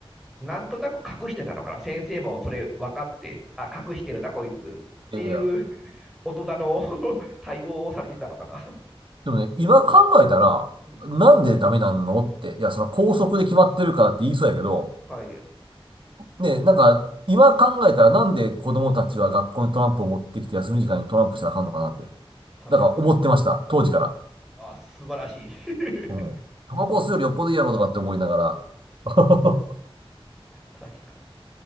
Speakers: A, in the centre; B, on the right (about 55°).
A: なんとなく隠してたのかな。先生もそれ分かって、あ、隠してるな、こいつっていう
B: う、いやいや、
A: <laughs> 大人の <laughs> 対応をされてたのかな。
B: でもね、今考えたら、
A: うん。
B: なんでダメなんのって、いや、その校則で決まってるからって言いそうやけど、
A: はい、
B: ね、なんか、今考えたらなんで子供たちは学校にトランプを持ってきて休み時間にトランプしたらあかんのかなって、
A: 確かに。
B: なんか思ってました。当時から。
A: あ、素晴らしい。<laughs>
B: うん。タバコ吸うよりよっぽどいいやろとかって思いながら。<laughs>
A: 確かに。